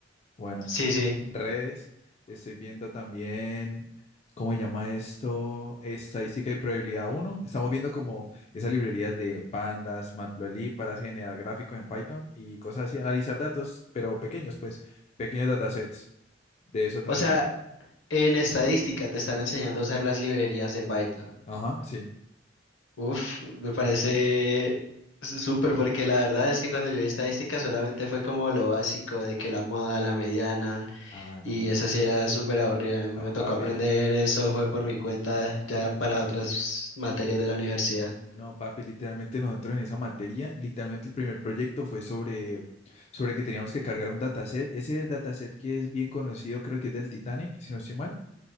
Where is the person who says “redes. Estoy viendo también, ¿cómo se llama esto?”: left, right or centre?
Left